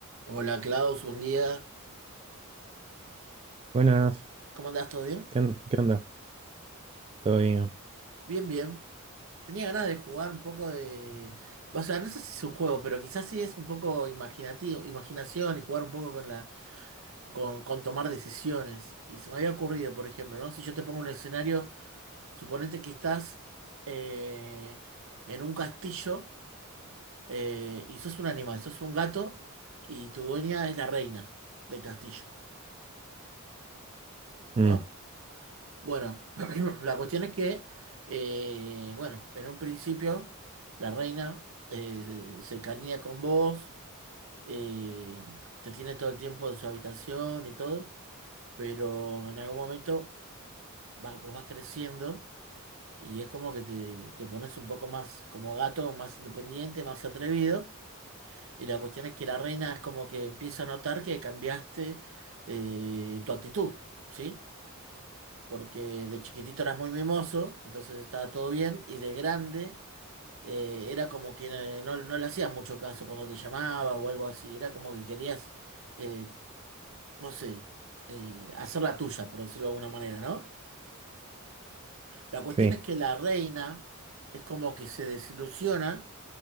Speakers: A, on the right (about 65°); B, on the right (about 25°).
A: Hola Klaus, buen día.
B: Buenas,
A: ¿Cómo andás? ¿Todo bien?
B: ¿qué, on- qué onda? ¿Todo bien?
A: Bien, bien. Tenía ganas de jugar un poco de... O sea, no sé si es un juego, pero quizás sí es un poco imaginativo, imaginación y jugar un poco con la, con, con tomar decisiones. Y se me había ocurrido, por ejemplo, ¿no? Si yo te pongo un escenario, suponete que estás eh, en un castillo eh, y sos un animal, sos un gato y tu dueña es la reina del castillo,
B: Mm,
A: ¿no? Bueno, <clears throat> la cuestión es que, eh, bueno, en un principio la reina eh, se, se encariña con vos, eh, te tiene todo el tiempo en su habitación y todo, pero en algún momento vas, vos vas creciendo y es como que te, te pones un poco más como gato, más independiente, más atrevido. Y la cuestión es que la reina es como que empieza a notar que cambiaste eh, tu actitud, ¿sí? porque de chiquitito eras muy mimoso, entonces estaba todo bien, y de grande eh, era como que eh, no, no le hacías mucho caso cuando te llamaba o algo así, era como que querías, eh, no sé, eh, hacer la tuya, por decirlo de alguna manera, ¿no? La cuestión
B: sí.
A: es que la reina es como que se desilusiona